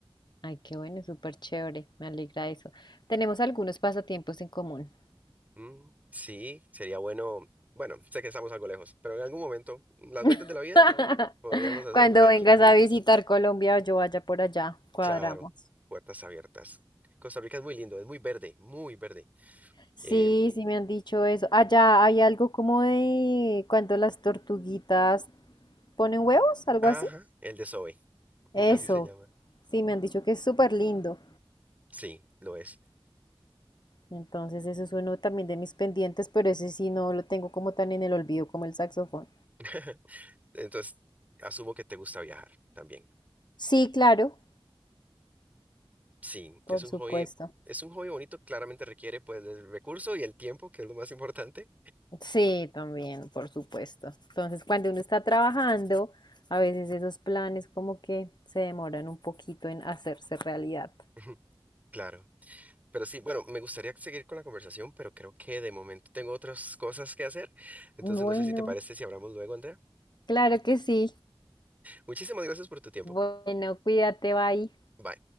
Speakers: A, on the left (about 50°); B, on the right (about 15°).
A: Ay, qué bueno, súper chévere. Me alegra eso. Tenemos algunos pasatiempos en común.
B: Mm, sí, sería bueno. Bueno, sé que estamos algo lejos, pero en algún momento, en las
A: <laughs>
B: vueltas de la vida, podríamos hacer
A: Cuando
B: un hiking
A: vengas
B: juntos.
A: a visitar Colombia yo vaya por allá, cuadramos.
B: Claro, puertas abiertas. Costa Rica es muy lindo, es muy verde, muy verde.
A: Sí,
B: Em,
A: sí me han dicho eso. Allá hay algo como de cuando las tortuguitas ponen huevos, algo
B: ajá,
A: así.
B: el de Zoe, <laughs>
A: Eso,
B: así se llama.
A: sí, me han dicho que es súper lindo.
B: Sí, lo es.
A: Entonces, eso es uno también de mis pendientes, pero ese sí no lo tengo como tan en el olvido como el saxofón.
B: <laughs> Entonces, asumo que te gusta viajar también.
A: Sí, claro,
B: Sí,
A: por
B: es un
A: supuesto.
B: hobby, es un hobby bonito, claramente requiere pues el recurso y el tiempo, que es lo más importante.
A: Sí, también, por supuesto. Entonces, cuando uno está trabajando, a veces esos planes como que se demoran un poquito en hacerse realidad.
B: <laughs> Claro. Pero sí, bueno, me gustaría seguir con la conversación, pero creo que de momento tengo otras cosas que hacer. Entonces
A: Bueno,
B: no sé si te parece si hablamos luego, Andrea.
A: claro que sí.
B: Muchísimas gracias por tu tiempo.
A: Bueno, cuídate, bye.
B: Bye.